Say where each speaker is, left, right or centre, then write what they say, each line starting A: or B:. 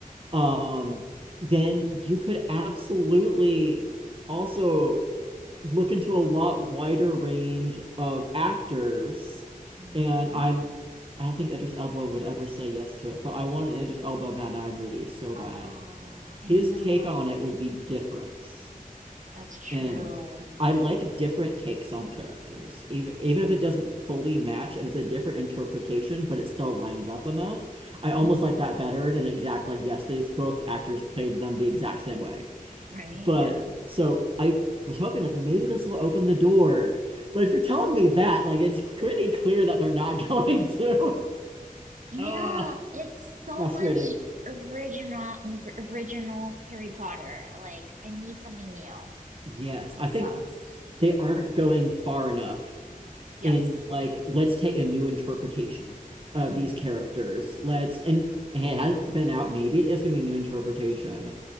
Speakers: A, on the right; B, on the right.
A: um, then you could absolutely also look into a lot wider range of actors.
B: hmm
A: And I'm, I don't think Idris Elba would ever say yes to it, but I want an Idris Elba Mad Eye Moody so bad.
B: Oh,
A: His
B: I know.
A: take on it would be different
B: That's true.
A: and I like different takes on characters, even even if it doesn't fully match, if it's a different interpretation, but it still lines up enough. I almost
B: Mm,
A: like that better than exact like yes, these both actors played them the exact same way.
B: right?
A: But
B: Yeah.
A: so I was hoping like, well, maybe this will open the door. But if you're telling me that, like it's pretty clear that they're not going to. <laughs>
B: Yeah,
A: Ah,
B: it's so
A: frustrating.
B: much original original Harry Potter. Like I need something new.
A: Yes,
B: It
A: I think
B: sucks.
A: they aren't going far enough
B: Yes.
A: in like let's take a new interpretation of
B: hmm
A: these characters. Let's and hey, it hasn't been out. Maybe it is gonna be a new interpretation,